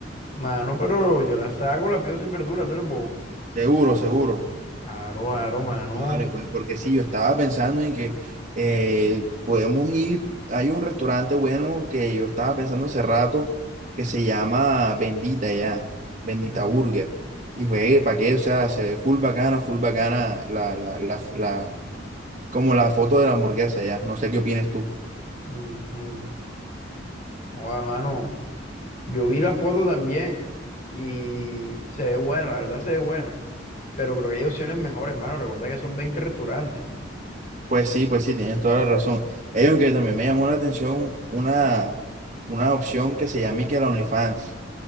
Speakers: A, on the left (about 45°); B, on the right (about 40°).
A: Mano, pero yo las hago, las pido sin verdura, tú eres bobo.
B: Seguro, seguro.
A: Aro, aro, mano.
B: No, Dale, pues, porque sí, yo estaba pensando en que eh, podemos ir, hay un restaurante bueno que yo estaba pensando hace rato que se llama Bendita ya, Bendita
A: Mm,
B: Burger. Y juegue, ¿para qué? O sea, se ve full bacana, full bacana la, la, la, la- como la foto de la hamburguesa ya. No sé qué opines tú.
A: mm, mm. Joda, mano, yo vi la foto también y se ve buena, la verdad se ve buena. Pero creo que hay opciones mejores, mano. Recuerda que son 20 restaurantes.
B: Pues sí, pues sí, tienes toda la razón. ellos aunque también me llamó la atención una, una opción que se llama y que la OnlyFans.